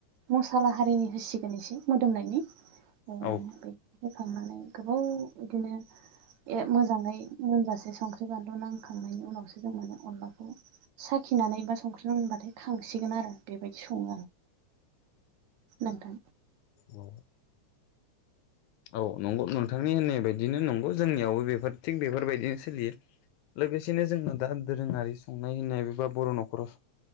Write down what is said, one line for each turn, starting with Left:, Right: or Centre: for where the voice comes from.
Right: मसालाहारिनि होसिगोन एसे मोदोमनायनि <inaudible>
Left: औ
Right: होखांनानै गोबाव बिदिनो ए मोजाङै मोनजासे संख्रि बानलु नांखांनायनि उनावसो जों माने अनलाखौ साखिनानै बा संख्रिनांबाथाय खांसिगोन आरो बेबायदि सङो आं। नोंथां
Left: औ औ नंगौ नोंथांनि होननाय बायदिनो नंगौ जोंनियावबो बेफोर थिग बेफोरबायदिनो सोलियो लोगोसेनो जोंना दा दोरोङारि संनाय होननायबा बर' न'खराव